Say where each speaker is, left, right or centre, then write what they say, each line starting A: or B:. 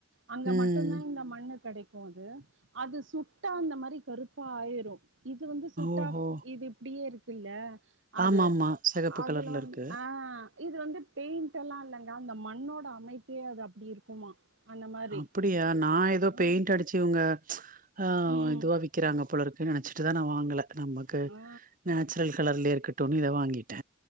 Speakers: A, on the right; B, on the right.
A: அங்க
B: ம்
A: மட்டுதா இந்த மண்ணு கெடைக்கு அது அது சுட்டா அந்த மாரி கருப்பா ஆயிரு இது வந்து சுட்டா
B: ஓஹோ
A: இது இப்டியே இருக்குல்ல அது
B: ஆமா ஆமா செகப்பு
A: அதுல
B: கலர்ல
A: வந்து
B: இருக்கு
A: ஆ இது வந்து பெயிண்ட்டெல்லா இல்லங்க அந்த மண்ணோட அமைப்பே அது அப்டி இருக்குமா அந்த மாரி
B: அப்படியா நா ஏதோ
A: ஆ
B: பெயிண்ட் அடிச் சு இவுங்க ஆ
A: ம்
B: இதுவா விக்கிறாங்க போல இருக்கு நனைச்சிட்டுதா நா வாங்கல நமக்கு
A: ஆ
B: நேச்சுரல் கலர்லயே இருக்கட்டுனு இத வாங்கிட்ட